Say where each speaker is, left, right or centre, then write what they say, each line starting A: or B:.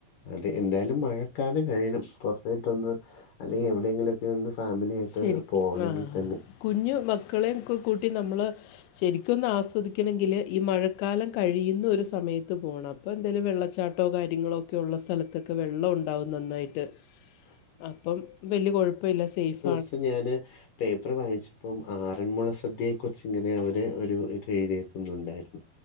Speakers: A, on the left; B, on the left.
A: അതെ. എന്തായാലും മഴക്കാലം കഴിയണം പുറത്തേട്ടൊന്ന് അല്ലെങ്കിൽ എവിടെയെങ്കിലും ഒന്ന് ഫാമിലി ആയിട്ട്
B: ശരിക്കും
A: പോകണെങ്കി
B: ആ
A: തന്നെയും.
B: കുഞ്ഞു മക്കളെയും ഒക്കെ കൂട്ടി നമ്മൾ ശരിക്കുമൊന്ന് ആസ്വദിക്കണമെങ്കില് ഈ മഴക്കാലം കഴിയുന്ന ഒരു സമയത്ത് പോണം അപ്പോ എന്തേലും വെള്ളച്ചാട്ടോ കാര്യങ്ങളൊക്കെ ഒള്ള സ്ഥലത്ത് ക്കെ വെള്ളം ഒണ്ടാവും നന്നായിട്ട്.
A: ആ.
B: അപ്പം വെല്യ കൊഴപ്പയില്ലാ സേഫ്
A: സം ഞാന് പേപ്പറ് വായിച്ചപ്പം ആറന്മുള സദ്യയെക്കുറിച്ച് ഇങ്ങനെ അവര് ഒരു ഇത് എഴുതിയേക്കുന്നുണ്ടായിരുന്നു.